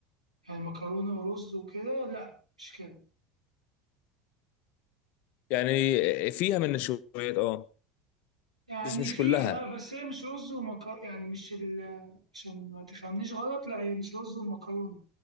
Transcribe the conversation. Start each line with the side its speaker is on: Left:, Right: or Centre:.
Right: يعني مكرونة ورز وكده لا مش كده
Left: يعني فيها من نشويات اه
Right: يعني
Left: بس مش
Right: فيها
Left: كلها
Right: بس هي مش رز ومكرونة يعني مش ال... عشان ما تفهمنيش غلط لا هي مش رز ومكرونة